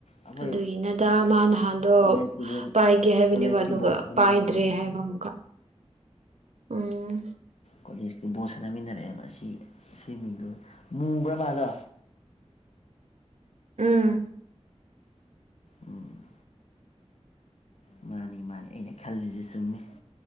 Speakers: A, on the left (about 70°); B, on the right (about 80°).
A: ꯑꯩꯈꯣꯏ
B: ꯑꯗꯨꯒꯤꯅꯗꯥ ꯃꯥ ꯅꯍꯥꯟꯗꯣ
A: ꯀꯣꯂꯦꯖꯀꯤ ꯕꯣꯜ
B: ꯄꯥꯏꯒꯦ ꯍꯥꯏꯕꯅꯦꯕ
A: ꯀꯣꯂꯦꯖꯀꯤ
B: ꯑꯗꯨꯒ
A: ꯕꯣꯜ ꯁꯥꯟꯅꯃꯤꯟꯅꯔꯦ
B: ꯄꯥꯏꯗ꯭ꯔꯦ ꯍꯥꯏꯕ ꯑꯃꯨꯛꯀ <inaudible> ꯎꯝ
A: ꯎꯝ <unintelligible> ꯕꯣꯜ ꯁꯥꯟꯅꯃꯤꯟꯅꯔꯛꯑꯦꯕ ꯑꯁꯤ ꯁꯤ ꯃꯤꯡꯗꯨ ꯃꯨꯕ꯭ꯔ ꯃꯥꯗꯣ
B: ꯎꯝ
A: ꯎꯝ ꯃꯥꯅꯤ ꯃꯥꯅꯤ ꯑꯩꯅ ꯈꯜꯂꯤꯁꯤ ꯆꯨꯝꯃꯤ